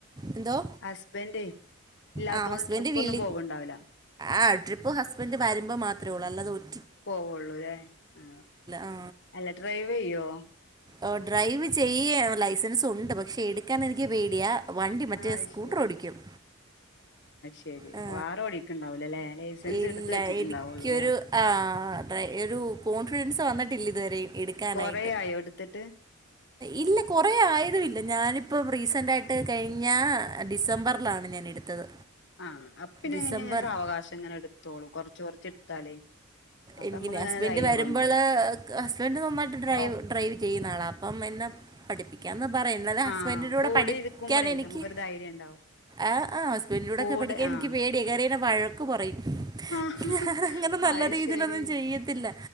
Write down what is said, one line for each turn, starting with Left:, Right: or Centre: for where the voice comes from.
Right: എന്തോ
Left: ഹസ്ബൻഡേ ഇല്ലാത്തോണ്ട്
Right: ആ ഹസ്ബൻഡ്
Left: ട്രിപ്പ
Right: വിളി
Left: ഒന്നും പോകണ്ടാവില്ല
Right: ആ ട്രിപ്പ് ഹസ്ൻറ് വരുമ്പോ മാത്രേ ഉൂ അല്ലത ഒരു
Left: പോവുള്ളൂ ല്ലേ ആ
Right: ആ
Left: അല്ല ഡ്രൈവ് ചെയ്യോ
Right: ഓ ഡ്രൈവ് ചെയ്യാൻ ലൈസൻസ് ഉണ്ട് പക്ഷെ എടുക്കാൻ എനിക്ക് പേടിയാ വണ്ടി മറ്റേ
Left: ആഹ് അത്
Right: സ്കൂട്ടർ ഓടിക്കും
Left: ശെരി
Right: ആ,
Left: വാറെ ഓടിക്കുണ്ടാവൂല അല്ലെ ലൈസൻസ്
Right: ഇല്ല
Left: എടുത്ത വെച്ചിട്ടുണ്ടാവുള്ളൂ
Right: എനിക്കൊരു
Left: അല്ലേ
Right: ആ, ഡ്രൈ- ഒരു കോൺഫിഡൻസ് വന്നട്ടില്ല ഇതുവരെ എടുക്കാനായിട്ട്
Left: കൊറെയായോ എടുത്തിട്ട്
Right: ഇല്ല കൊറെ ആയത ഇല്ല ഞാനിപ്പം റീസന്റ് ആയിട്ട് കഴി ഞ്ഞ ഡിസംബറിലാണ് ഞാൻ എടുത്തത്
Left: ആഹ അപ്പൊ പിന്നെ
Right: ഡിസംബർ
Left: എങ്ങനങ്ങ സ അവകാശം ഇങ്ങനെ എടുത്തോളൂ കുറച്ച് കുറച്ച് എടുത്താലേ അപ്പൊ
Right: എങ്കിൽ
Left: നമ്മക്ക് ഇങ്ങനെ
Right: ഹസ്ബന്ഡ്
Left: ധൈര്യം
Right: വരുമ്പോള്
Left: വന്നോളും
Right: ഹസ്ബൻഡ് നന്നായിട്ട് ഡ്രൈ
Left: ഒപ്പു
Right: ഡ്രൈവ ചെയ്യുന്ന ആളാണ് അപ്പം എന്ന പഠിപ്പിക്കാന്ന് പറയായും എന്നാലെ ഹസ്ബൻഡിന്റെറെ
Left: ആഹ്
Right: കൂടെ പഠിക്കൻ
Left: ഇരിക്കുമ്പളേ
Right: എനിക്ക്
Left: നമുക്കൊരു ധൈര്യം ഉണ്ടാവും
Right: ആഹ് ആ് ഹസ്ബൻഡൂടെ
Left: കൂടെ
Right: എനിക്ക്
Left: ആഹ്
Right: പേട കേയറിയ വഴക്ക്പറയും
Left: ആഹ്
Right: ഞാനങ്ങനെ നല്ല
Left: അത്
Right: രീതിൽന്നും
Left: ശരി
Right: ചെയ്യത്തില്ല